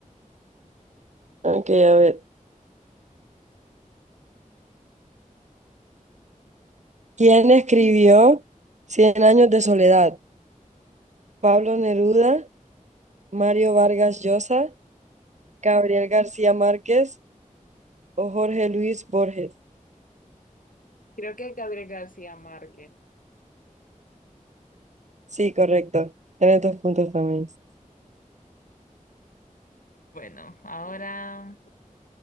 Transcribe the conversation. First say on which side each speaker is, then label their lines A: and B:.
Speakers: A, on the right (about 55°); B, on the left (about 75°).
A: Ok, a ver. ¿Quién escribió Cien años de soledad? ¿Pablo Neruda, Mario Vargas Llosa, Gabriel García Márquez o Jorge Luis Borges?
B: Creo que Gabriel García Márquez.
A: Sí, correcto. Tienes dos puntos también.
B: Bueno, ahora,